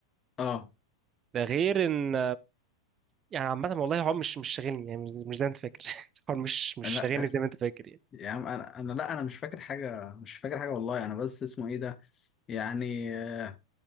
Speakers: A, on the left (about 25°); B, on the right (about 25°).
A: اه
B: ده غير ان يعني عامه والله هو مش مش شاغلني يعني مش مش زي ما انت فاكر <laughs> هو مش مش
A: انا
B: شاغلني زي ما انت فاكر يعني
A: يا عم انا انا لا انا مش فاكر حاجه مش فاكر حاجه والله انا بس اسمه ايه ده يعني آه،